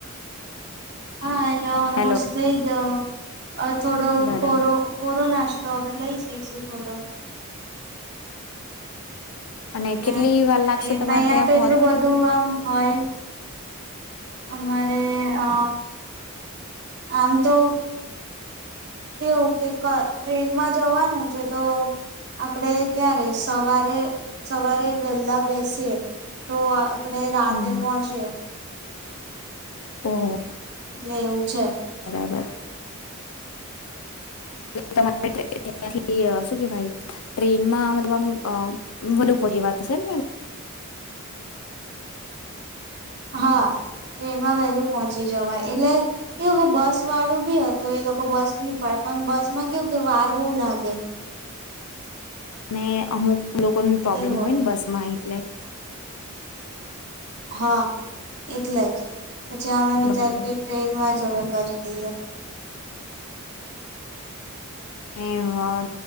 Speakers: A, on the right; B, on the left.
A: હા એલા ઓલ્મોસ્ટ
B: હેલો
A: થઈ ગ હ અ થોડ
B: બરાબર
A: કોરો કોરોના તોવે લઈ જઈશું થોડો
B: અને કેટલી
A: એ
B: વાર લાગશે
A: એ
B: તમારે
A: ત અહં
B: ત્યાં
A: તો
B: પહોંચ
A: એટલું બધું આમ હોય અમારે અ આમ તો કેવું કે ટ્રેનમાં જવાનું છે તો આપડે ક્યારે સવારે સવારે વહેલા બેસીએ તો આપડે રાતે
B: હમ
A: પહોંચી
B: ઓહ
A: એટલે એવું છે
B: બરાબર તમારે ત્યાંથી શું કેવાાઈ ટ્રેનમાં મતલબ આમ વલુપો જે વાત હશે ને?
A: હા વહેલું પહોંચી જવાય એટલે એવું બસ વાળું બી હતું એ લોકો બસ ભી ઉપાડે પણ બસ માં કેવું કે વાર બહુ લાગે
B: અને અમુક લોકોને પ્રોબ્લેમ
A: એવું
B: હોય
A: હતું
B: ને બસમાં એટલે
A: હા એટલે જ. પછી અમે વિચાર્યું
B: બરાબર
A: કે ટ્રેનમાં જ હવે કરી દઈએ.
B: <unintelligible>